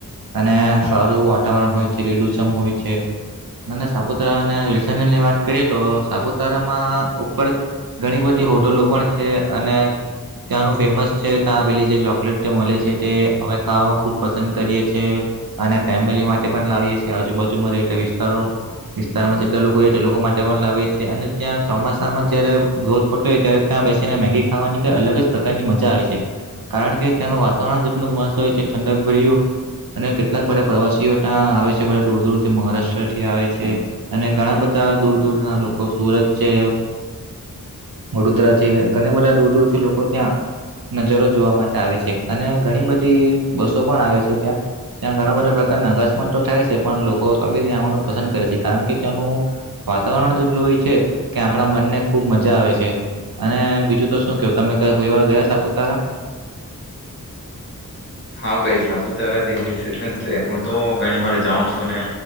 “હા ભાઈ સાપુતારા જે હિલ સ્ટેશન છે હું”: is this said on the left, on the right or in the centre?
Left